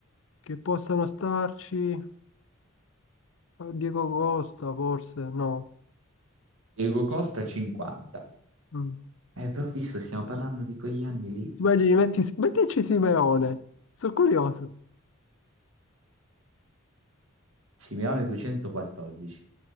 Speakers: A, on the left (about 65°); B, on the right (about 75°).
A: che possano starci. Diego Costa, forse, no.
B: Diego Costa, 50.
A: Mm.
B: Eh, però visto, stiamo parlando di quegli anni lì.
A: Immagini, metti, mettici Simeone. Sono curioso.
B: Simeone 214.